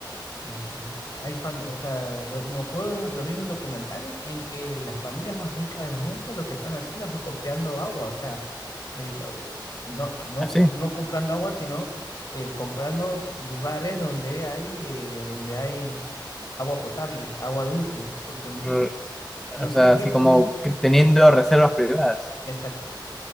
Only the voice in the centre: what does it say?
Así.
Mm,
O
sea, así
como que teniendo reservas privadas.